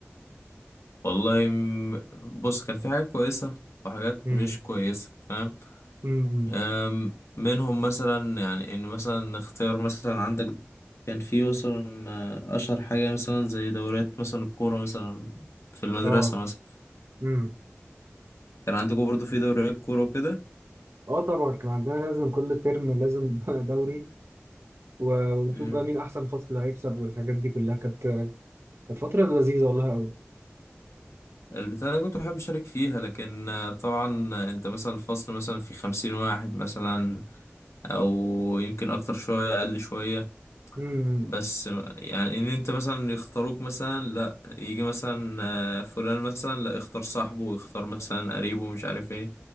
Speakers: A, on the left; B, on the right.
A: والله م- بص كان في حاجات كويسة وحاجات
B: امم
A: مش كويسة فاهم
B: امم
A: أم، منهم مثلا يعني ان مثلا نختار مثلا عندك كان في مثلا آه، اشهر حاجه مثلا زي دوريات مثلا الكوره مثلا في المدرسه
B: اه
A: مثلا
B: امم
A: كان عندكم برضو في دوريات كوره وكده
B: اه طبعا كان عندنا لازم كل ترم لازم <laughs> دوري و... ونشوف
A: امم
B: بقى مين احسن فصل هيكسب والحاجات دي كلها كانت كانت فترة لذيذة والله قوي
A: البتاع اللي كنت بحب اشارك فيها لكن آه، طبعا آه، انت مثلا الفصل مثلا في خمسين واحد مثلا او يمكن اكتر شويه اقل شويه
B: امم
A: بس يعني ان انت مثلا يختاروك مثلا لا يجي مثلا آه، فلان مثلا لا اختار صاحبه ويختار مثلا قريبه ومش عارف ايه